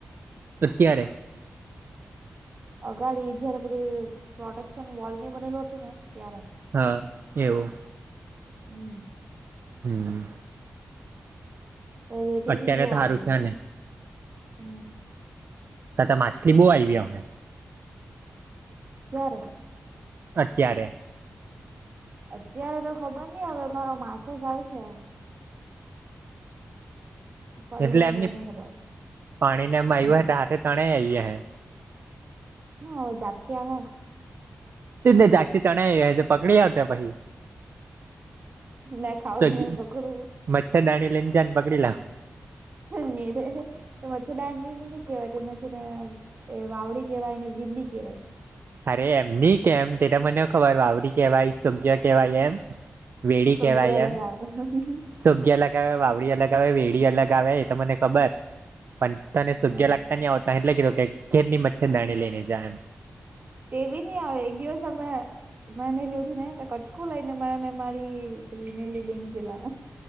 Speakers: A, on the right (about 60°); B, on the right (about 40°).
A: અત્યારે,
B: અગાડી જયારે બધું પ્રોટેક્શન વોલની બનેલું હતું ને ત્યારે,
A: હા, એવું
B: હમ
A: હમ.
B: નહીં રેટી
A: અત્યારે
B: બી બહુ
A: તો
B: આવેલું
A: સારું છે ને
B: હ
A: ટો‌ ટો માછલી બહુ આયવી ગઈ.
B: ક્યારે,
A: અત્યારે,
B: અત્યારે તો ખબર નઈ હવે મારો માછો જાય છે, પડે
A: એટલે
B: કે નહી
A: એમની
B: પડે નઈ ખબર
A: પાણીને એમાં આવ્યું હાથે તણે આયવી હે
B: હ જાક્ષી હાવને.
A: જાગતી ન જાગતી તણાઈ હજી પકડી આવ્યા પછી.
B: મે ખાવ
A: સગી
B: ની પકડું,
A: મચ્છરદાણી લઇ ને જાન પકડીલાવ
B: નીરે મરછર ડાંનીની કેવાય તેમને છે, ને એ વાવડી કેવાય ને વિડી કેવાય,
A: અરે એમની કેમ તેને મને ખબર વાવરી કેવાય સબ્જે, કેવાય એમ વેડી
B: તો
A: કેવાય એમ,
B: <unintelligible>
A: સોગી અલગ આવે વાવડી અલગ આવે વેડી અલગ આવે એ તો મને ખબર, પણ તને
B: હમ
A: સૂગ્યા લાગતા ની આવડતા અહે એટલે કીધુ કે ઘેરની મચ્છર દાણી લઈને જાય એમ.
B: તેભી નહી આવે એક દિવસ અમે મા ને લીઉને કટકું લઈને માને મારી પેલી નેલી બેન ગેલા